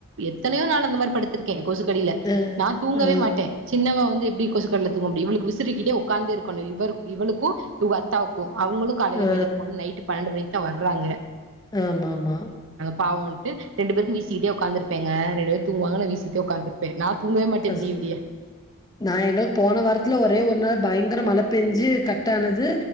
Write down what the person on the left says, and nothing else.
அ
அ
அ
ஆமாமா
கஷ்டோ
நா இன்னோ போன வார்த்தல ஒரே ஒரு ன பைங்கர மழ பெஞ்சு கட் ஆனது